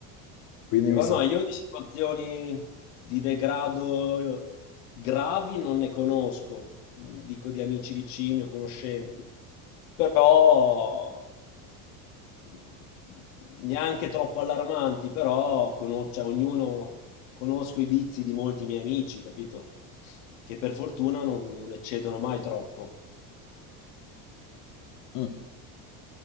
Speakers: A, on the left; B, on the left.
A: Quindi
B: Però
A: mi sa.
B: no, io di situazioni di degrado gravi non ne conosco, dico di amici vicini o conoscenti, però mm, neanche troppo allarmanti, però cono- cioè, ognuno conosco i vizi di molti miei amici, capito? Che per fortuna non non eccedono mai troppo.
A: Mm.